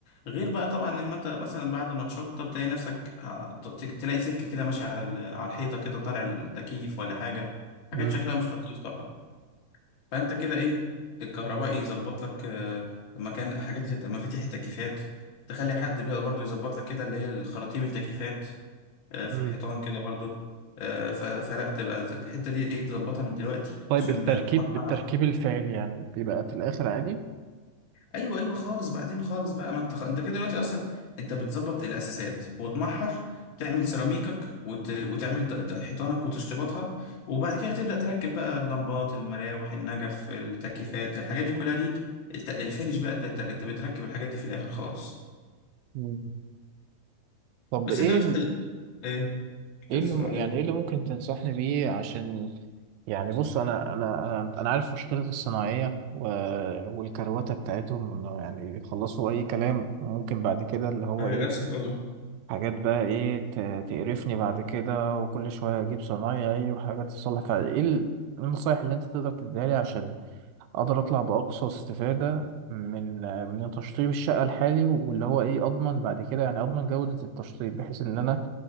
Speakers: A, on the left (about 65°); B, on the right (about 80°).
A: غير بقى طبعا لما انت مثلا بعد ما تشطب تلاقي نفسك ه- ت- تلاقي سلك كده ماشي على ال- على الحيطة كده طالع للتكييف ولا حاجة حاجات
B: مم.
A: شكلها مش لطيف طبعا فانت كده ايه الكهربائي يظبط لك آه، مكان حاجات الت- مفاتيح التكييفات تخلي حد بقى برضو يظبط لك كده اللي هي الخراطيم التكييفات آه،
B: مم.
A: في الحيطان كده برضو آه، ف- فلا تبقى ز- الحتة دي ايه تظبطها من دلوقتي
B: طيب
A: عشان
B: التركيب
A: تحقق
B: التركيب الفعلي يعني بيبقى في الآخر عادي
A: ايوه ايوه خالص بعدين خالص بقى ما انت خ... انت كده دلوقتي اصلا انت بتظبط الاساسات وتمحر تعمل سيراميكك وت... وتعمل ت- ت- حيطانك وتشطيباتها وبعد كده تبدا تركب بقى اللمبات المراوح النجف التكييفات الحاجات دي كلها دي الت... الفينش بقى انت انت بتركب الحاجات دي في الاخر خالص
B: مم. طب
A: بس
B: ايه
A: انت قلت
B: ال...
A: في ال- ايه كنت
B: ايه
A: بتسأل
B: اللي م-
A: على
B: يعني
A: ايه
B: ايه اللي ممكن تنصحني بيه عشان يعني بص انا انا انا انا عارف مشكله الصناعيه و... والكروته بتاعتهم انه يعني بيخلصوا اي كلام ممكن بعد كده اللي هو
A: انا
B: ايه
A: للاسف اه
B: حاجات بقى ايه ت... تقرفني بعد كده وكل شويه اجيب صنايعي وحاجات تصلح فايه ال- النصايح اللي انت تقدر تديها لي عشان اقدر اطلع باقصى استفاده من من تشطيب الشقه الحالي واللي هو ايه اضمن بعد كده يعني اضمن جوده التشطيب بحيث ان انا